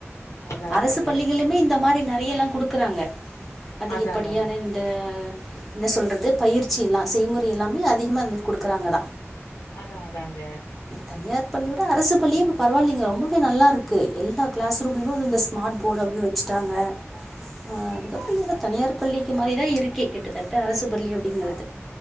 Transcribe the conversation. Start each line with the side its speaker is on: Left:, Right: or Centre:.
Left: அதா
Centre: அரசு
Left: அதாங்க
Centre: பள்ளிகள்லையுமே இந்த மாரி நறைய எல்லா குடுக்குறாங்க அதிகப்படியான
Left: அதா அதாங்க
Centre: இந்த என்ன சொல்றது பயிற்சி எல்லா செய்முறை எல்லாமே அதிகமா அது மாரி குடுக்குறாங்கதா
Left: அதா அதாங்க
Centre: தனியார் பள்ளியோட அரசு பள்ளியே இப்ப பரவாயில்லைங்க ரொம்பவே நல்லா இருக்கு எல்லா கிளாஸ் ரூம்லயுமே வந்து இந்த ஸ்மார்ட் போர்டு அப்படினு வச்சுட்டாங்க அ அதுக்கப்பறோ
Left: அ
Centre: எல்லா தனியார் பள்ளிக்கு மாரிதா இருக்கே கிட்டத்தட்ட அரசு பள்ளி அப்டிங்கிறது
Left: ஆம்